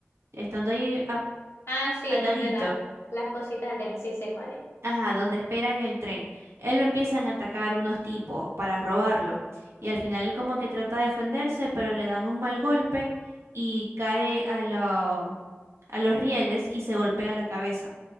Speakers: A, on the right; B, on the left.
A: estando ahí a-
B: Ah, sí,
A: al
B: donde
A: ladito,
B: las las cositas del tren. Sí sé cuál es.
A: ajá, donde esperan el tren. Él lo empiezan a atacar unos tipos para robarlo. Y al final él como que trata de defenderse, pero le dan un mal golpe y cae a lo- a los rieles y se golpea la cabeza.